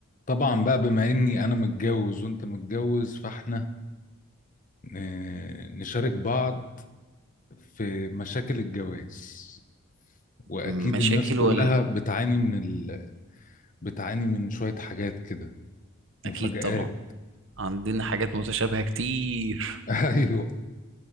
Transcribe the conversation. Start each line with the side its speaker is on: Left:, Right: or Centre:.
Left: طبعا بقى بما اني انا متجوز وانت متجوز فاحنا آه، نشارك بعض في مشاكل الجواز واكيد
Right: مشاكل
Left: الناس كلها
Right: ولا
Left: بتعاني من ال... بتعاني من شوية حاجات كده مفاجآت
Right: اكيد طبعا عندنا حاجات متشابهة كتير
Left: <laughs> ايوه